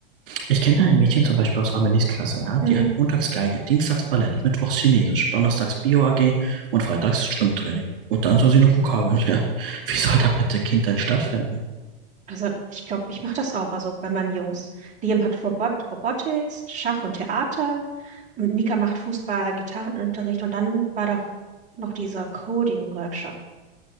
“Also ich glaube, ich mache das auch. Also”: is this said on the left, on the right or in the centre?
Right